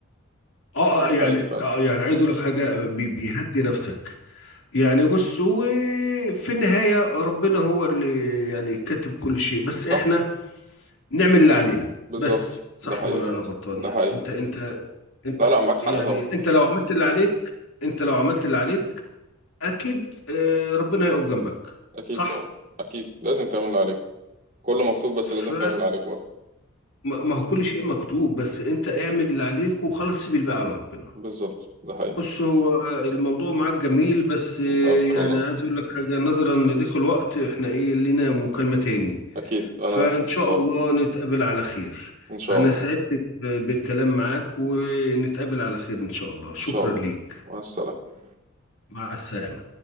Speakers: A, on the left (about 80°); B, on the right (about 40°).
A: اه آه،
B: ده
A: يعني
B: حقيقي فعلا
A: اه يعني عايز اقول لك حاجه بي- بيهدي نفسك يعني بص وفي النهايه ربنا هو اللي يعني كاتب كل شيء بس
B: صح
A: احنا نعمل اللي علينا
B: بالظبط
A: بس صح
B: ده حقيقي
A: ولا
B: فعلا
A: انا غلطان
B: ده
A: يعني
B: حقيقي
A: انت انت انت
B: لا لا معاك حق
A: يعني
B: طبعا
A: انت لو عملت اللي عليك انت لو عملت اللي عليك اكيد آه، ربنا هيقف جنبك
B: اكيد
A: صح
B: طبعا اكيد لازم تعمل اللي عليك كله مكتوب بس
A: ف
B: لازم تعمل اللي عليك برضه
A: ما ما هو كل شيء مكتوب بس انت اعمل اللي عليك وخلاص سيب الباقي على ربنا
B: بالظبط ده حقيقي
A: بص هو الموضوع معاك جميل بس آه،
B: انت اكتر
A: يعني
B: والله
A: عايز اقول لك حاجة نظرا لضيق الوقت احنا ايه لينا مكالمة تاني
B: اكيد انا
A: فان
B: في انتظارك
A: شاء الله نتقابل على خير
B: ان شاء
A: انا
B: الله
A: سعدت ب- بالكلام معاك ونتقابل على خير ان شاء الله شكرا
B: ان شاء الله
A: ليك
B: مع السلامة
A: مع السلامة